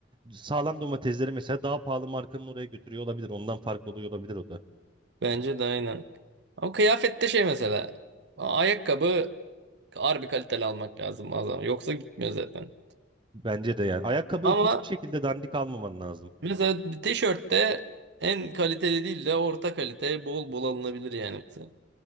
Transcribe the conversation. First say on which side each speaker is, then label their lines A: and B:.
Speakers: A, on the right; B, on the right.
A: sağlam domatesleri mesela daha pahalı markanın oraya götürüyor olabilir. Ondan fark oluyor olabilir o da.
B: Bence de aynen. Ama kıyafette şey mesela. a- Ayakkabı harbi kaliteli almak lazım bazen. Yoksa gitmiyor zaten.
A: Bence de yani. Ayakkabı
B: Ama
A: hiçbir şekilde dandik almaman lazım.
B: mesela bir tişörtte en kaliteli değil de orta kalite bol bol alınabilir yani mesela.